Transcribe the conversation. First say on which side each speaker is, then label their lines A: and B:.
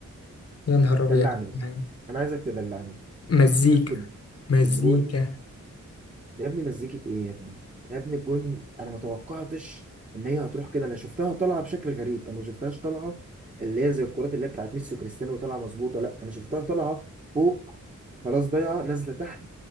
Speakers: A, on the left; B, on the right.
A: يا نهار
B: دلعني
A: أبيض
B: بقى
A: يعني.
B: انا عايزك تدلعني
A: مزيكا
B: شفت
A: مزيكا
B: الجون يا ابني مزيكة ايه يا ابني يا ابني الجون انا ما توقعتش ان هي هتروح كده انا شفتها طالعه بشكل غريب انا ما شفتهاش طالعه اللي هي زي الكرات اللي هي بتاعت ميسي وكريستيانو طالعه مظبوطه لا انا شفتها طالعه فوق خلاص ضايعه نازله تحت